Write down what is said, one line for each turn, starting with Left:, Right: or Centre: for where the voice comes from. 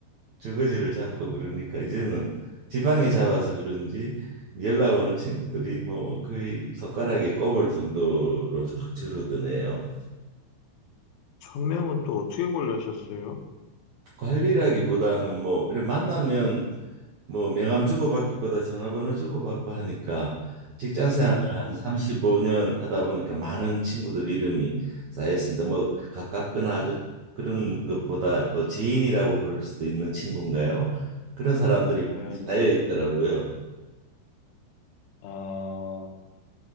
Right: 주거지를 잡고 그러니까 이제는 지방에 잡아서 그런지 연락 오는 친구들이 뭐 거의 손가락에 꼽을 정도로 확 줄어드네요.
Left: 천명은또 어떻게 관리하셨어요?
Right: 관리라기보다는 뭐 이렇게 만나면 뭐 명함 주고받기보다 전화번호 주고받고 하니까 직장 생활을
Left: 음,
Right: 한 음, 35년 하다 보니까 많은 친구들 이름이 쌓였습니다. 뭐 가깝거나 아주 그런 것보다 또 지인이라고 그럴 수도 있는 친구인가요? 그런 사람들이
Left: 네,
Right: 많이
Left: 네.
Right: 쌓여 있더라고요.
Left: 아,